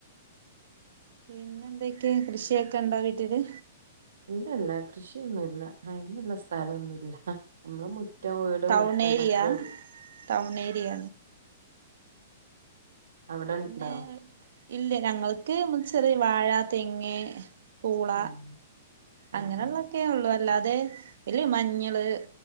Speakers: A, on the right; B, on the right.
A: പിന്നെന്തൊക്കെയ കൃഷിയൊക്കെ ഇണ്ടോ വീട്ടില്
B: ഇല്ലല്ല കൃഷിയൊന്നൂല്ല അയിതിനുള്ള സ്ഥലംന്നുല്ല നമ്മള് മുറ്റം വീട്
A: ടൗൺ
B: മുറ്റം
A: ഏരിയ
B: അത്രേ ഉള്ളൂ
A: ടൗൺ ഏരിയ
B: അവിടെ
A: ആദ് പിന്നെ
B: ഉണ്ടോ
A: ഇണ്ട് ഞങ്ങൾക്ക് മു ചെറിയ വാഴ തെങ്ങ് പൂള
B: ആഹ്
A: അങ്ങനെയുള്ളക്കെയെ
B: ആഹ്
A: ഒള്ളൂ വല്ലാതെ ഇല്ല മഞ്ഞള്